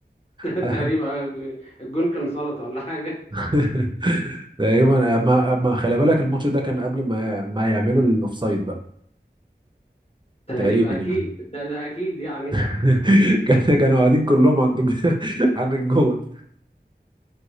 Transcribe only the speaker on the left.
ده
تقريبا الجون كان سلطة ولا حاجة
تقريبا
اكيد
ده ده اكيد يعني